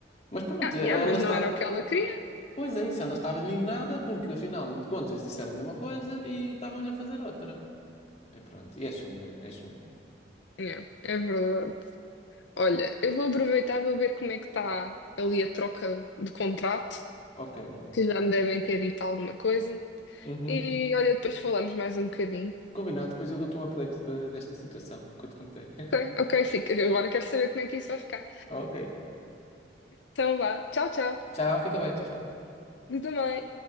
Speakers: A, on the left (about 35°); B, on the left (about 75°).
A: Mas pronto,
B: Ah,
A: ela
B: yeah, mas
A: está.
B: não era o que ela queria.
A: Pois é isso, ela estava indignada porque afinal de contas disseram-lhe uma coisa e estavam-lhe a fazer outra. E pronto, e é chunga, é chunga.
B: Yeah, é verdade. Olha, eu vou aproveitar, e vou ver como é que está ali a troca de contrato,
A: Ok.
B: que já me devem ter dito alguma coisa.
A: Uhum.
B: E olha, depois falamos mais um bocadinho.
A: Combinado, depois eu dou-te um update da- desta situação que eu te contei. <laughs>
B: Ok, ok, fica. Eu Agora quero saber como é que isso vai ficar.
A: Ok.
B: Então vá. Tchau, tchau.
A: Tchau, fica bem, tchau, tchau.
B: Tu também.